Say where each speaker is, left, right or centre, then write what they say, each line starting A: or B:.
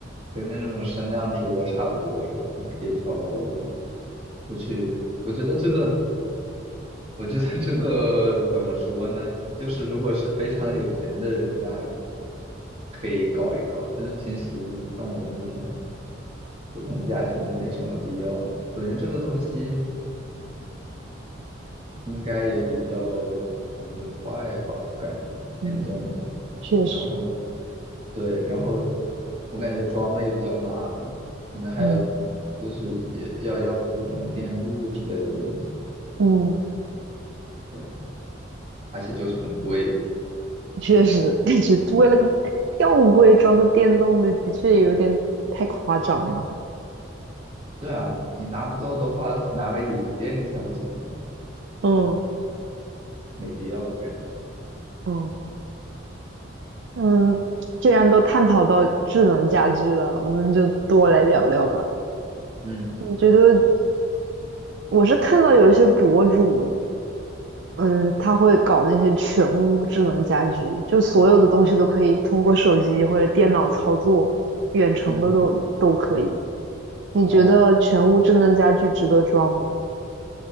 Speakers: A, on the right; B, on the right.
A: 跟那种升降桌差不多是吧？你可以调高度。我去，我觉得这个，我觉得这个怎么说呢？就是如果是非常有钱的人家，可以搞一搞。就是平时像我们这种普通家庭就没什么必要了。首先，这个东西应该也比较容易坏吧，感觉电动的。
B: 嗯确实，
A: 然后对，然后我感觉装了也比较麻烦，可能还要
B: 嗯
A: 就是也要要铺什么电路之类的东西，
B: 嗯，
A: 对，而且就是很贵。
B: 确实，感觉为了个吊柜装个电动的，的确有点太夸张了。
A: 对啊，你拿不到的话，拿个椅子垫一下不行吗？
B: 嗯
A: 没必要，我感觉。
B: 嗯嗯，既然都探讨到智能家居了，我们就多来聊聊吧。
A: 嗯
B: 你觉得我是看到有一些博主，嗯，他会搞那些全屋智能家居，就所有的东西都可以通过手机或者电脑操作，远程的都都可以。
A: 嗯，
B: 你觉得全屋智能家居值得装吗？
A: 哦，